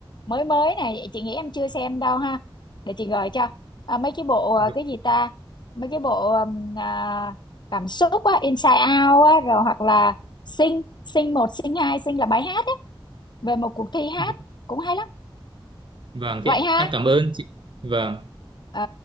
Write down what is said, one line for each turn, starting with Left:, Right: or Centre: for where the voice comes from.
Left: mới mới này chị nghĩ em chưa xem đâu ha để chị gợi cho à, mấy cái bộ à,
Right: v-
Left: cái gì ta mấy cái bộ um, à, cảm xúc á Inside Out á rồi hoặc là Sing Sing một Sing hai Sing là bài hát á về một cuộc thi hát
Right: v-
Left: cũng hay lắm
Right: vâng
Left: vậy
Right: thế
Left: ha
Right: em cảm ơn chị vâng
Left: Ờ,